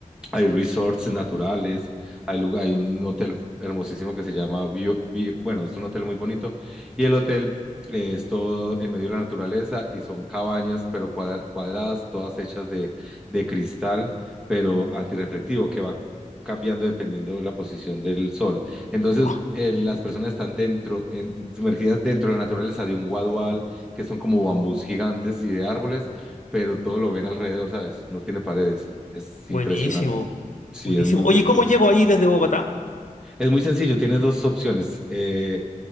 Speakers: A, in the centre; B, on the left.
A: hay resorts naturales, hay lugar, hay un hotel hermosísimo que se llama, Bio- Bi- bueno, es un hotel muy bonito y el hotel eh, es todo en medio de la naturaleza y son cabañas, pero cuadra- cuadradas, todas hechas de, de cristal, pero antirreflectivo, que va cambiando dependiendo de la posición del sol. Entonces,
B: Oh,
A: eh, las personas están dentro, en- sumergidas dentro de la naturaleza de un guadual, que son como bambús gigantes y de árboles, pero todo lo ven alrededor, ¿sabes? No tiene paredes. Es
B: buenísimo.
A: impresionante. Sí,
B: Buenísimo.
A: es muy
B: Oye,
A: bueno.
B: ¿cómo llego ahí desde Bogotá?
A: Es muy sencillo, tienes dos opciones. eh,